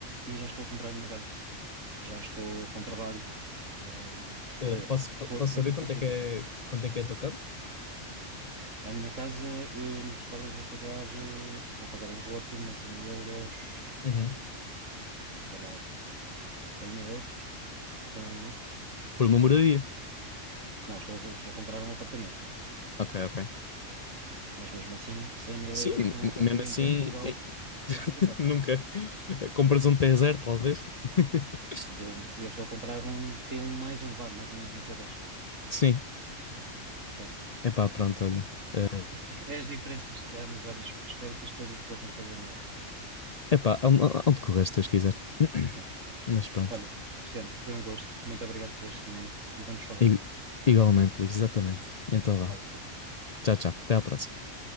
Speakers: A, on the right (about 80°); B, on the left (about 45°).
A: e já estou a comprar a minha casa. Já estou com trabalho. hum,
B: Eh,
A: para-
B: posso,
A: foi,
B: posso
A: foi
B: saber
A: tudo
B: quanto
A: facilitado.
B: é que é, quanto é que é a tua casa?
A: A minha casa, eh, no total, eu vou pagar, eh, eu vou pagar em zloty, mas em euros,
B: Uhum.
A: sei lá, 100 mil euros, se calhar é isso.
B: Por uma moradia.
A: Não, estou, estou a comprar um apartamento.
B: Ok, ok.
A: Mas mesmo assim, 100 mil
B: Sim,
A: euros
B: m-
A: por um apartamento
B: mesmo assim,
A: em Portugal
B: eh, <laughs>
A: é complicado.
B: nunca. A comparação de zero, talvez. <laughs>
A: E eu, eu estou a comprar um t um mais um, vá, mais ou menos um T2.
B: Sim,
A: Portanto,
B: epá, pronto, olha. Eh,
A: <laughs> é as diferenças que há, mas olha, es- espero que as coisas corram pela melhor.
B: epá, há- há- há onde correr se Deus quiser. <clears throat>
A: Bem,
B: Mas pronto.
A: olha, Cristiano, foi um gosto. Muito obrigado por este momento e vamos falando.
B: I- Igualmente, Luís, exatamente. Então vá.
A: Obrigado.
B: Tchau, tchau. Até à próxima.